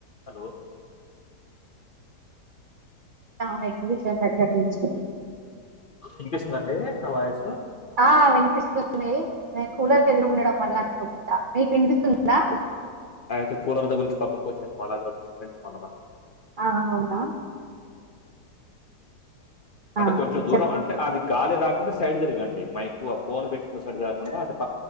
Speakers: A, on the left (about 50°); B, on the right (about 80°).
A: Hello
B: అవును exhibition <unintelligible>
A: వినిపిస్తుందండి నా వాయిసు
B: ఆ వినిపిస్తుంది నేను కూలర్ కి ఎదురు ఉండడం వల్ల అనుకుంటా మీకు వినిపిస్తుందా
A: అయితే కూలర్ దగ్గర నుంచి పక్క కూ వచ్చేయండి <unintelligible>
B: ఆ అవునా
A: అంటే
B: ఆ
A: కొంచెం దూరం
B: చెప్
A: అంటే అది గాలే రాకుండా సైడ్ తిరగండి మైకు ఆ ఫోన్ పెట్టుకున్న సైడ్ కాకుండా అ